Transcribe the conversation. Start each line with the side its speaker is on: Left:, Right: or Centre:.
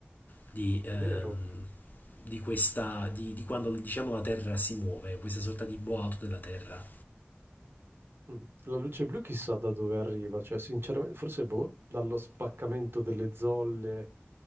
Left: di, ehm,
Right: È vero,
Left: di questa, di, di quando diciamo la Terra si muove, questa sorta di boato della Terra.
Right: Mm. La luce blu chissà da dove arriva, cioè sinceramente forse boh, dallo spaccamento delle zolle,